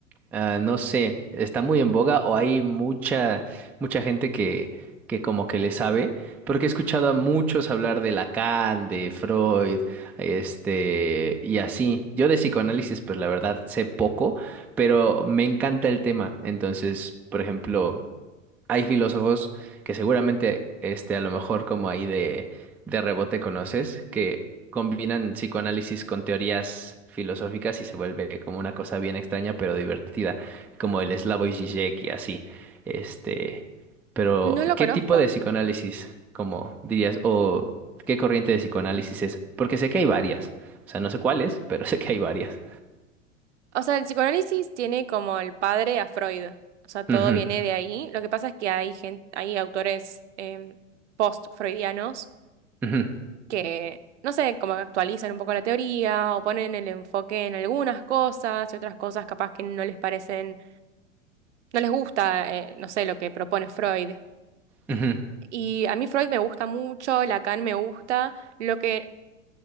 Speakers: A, in the centre; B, on the right.
A: Ah, no sé, está muy en boga o hay mucha, mucha gente que, que como que le sabe, porque he escuchado a muchos hablar de Lacan, de Freud, este, y así. Yo de psicoanálisis, pues la verdad sé poco, pero me encanta el tema. Entonces, por ejemplo, hay filósofos que seguramente, este, a lo mejor como ahí de, de rebote conoces, que combinan psicoanálisis con teorías filosóficas y se vuelve como una cosa bien extraña pero divertida, como el Slavoj Žižek y así. Este, pero,
B: No lo
A: ¿qué
B: conozco.
A: tipo de psicoanálisis, como dirías, o qué corriente de psicoanálisis es? Porque sé que hay varias, o sea, no sé cuáles, pero <laughs> sé que hay varias.
B: O sea, el psicoanálisis tiene como el padre a Freud. O sea, todo
A: Ujú,
B: viene de ahí. Lo que pasa es que hay gente, hay autores em, post-freudianos
A: ujú,
B: que, no sé, como que actualizan un poco la teoría o ponen el enfoque en algunas cosas y otras cosas capaz que no les parecen, no les gusta, eh, no sé, lo que propone Freud.
A: ujú.
B: Y a mí Freud me gusta mucho, Lacan me gusta, lo que,